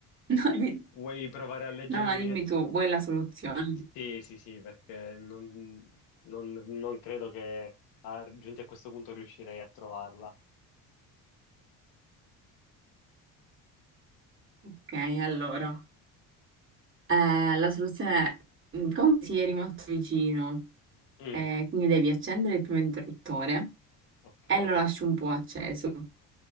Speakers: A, on the right; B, on the left.
A: No, di-
B: Vuoi provare a leggermi
A: no, no, dimmi
B: direttamente?
A: tu, vuoi la soluzione?
B: Sì, sì, sì, perché non, non- non credo che ah, giunti a questo punto riuscirei a trovarla.
A: Ok, allora. Eh, la soluzione è, mm, come si eri molto vicino,
B: Mm,
A: eh, quindi devi accendere il primo interruttore
B: ok,
A: e lo lasci un po' acceso.